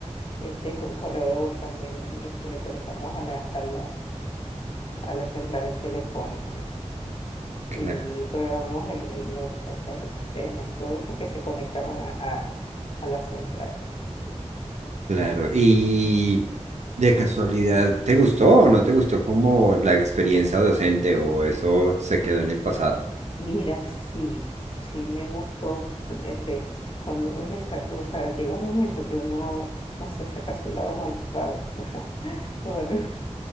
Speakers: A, on the left; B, on the right.
A: Este co- correo de voz también este, le colocamos a la, a la, a las centrales telefónicas
B: claro,
A: y programamos el, el- los, o sea, los sistemas y todo eso que se conectaban a, a, a la central.
B: claro. ¿Y de casualidad, te gustó o no te gustó como la experiencia docente o eso se quedó en el pasado?
A: Mira, sí, sí me gustó, este, cuando uno le saca, o sea, llega un momento que uno, no sé, saca su lado malvado. <laughs> No, vale.